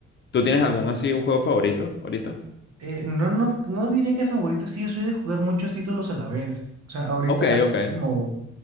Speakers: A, on the left (about 35°); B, on the right (about 60°).
A: ¿Tú tienes algún así, un juego favorito ahorita?
B: Eh, no, no, no diría que favorito, es que yo soy de jugar muchos títulos a la vez. O sea, ahorita
A: Ok,
B: hace
A: ok.
B: como